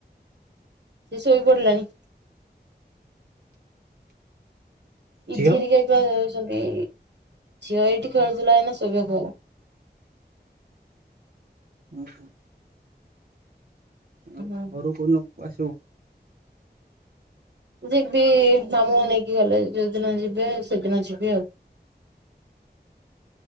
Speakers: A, on the right; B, on the right.
A: ସେ ଶୋଇ ପଡିଲାଣି।
B: ଝିଅ
A: ଇଝି
B: ଆଉ
A: ଅରିକା କ୍ଲାଉ ଛନ୍ତି ଝିଅ ଏଇଠି ଖେଳୁଥିଲା ଏଇନା ଶୋଇବାକୁ ଗଲା।
B: ଉଁ ହୁଁ। ଆଉ
A: ହୁଁ
B: ଘରୁକୁ କଉ ଦିନ କ ଆସିବୁ?
A: ଯିବି ମାମୁଁ ନେଇକି ଗଲେ ଯୋଉଦିନ ଯିବେ ସେଦିନ ଯିବି ଆଉ।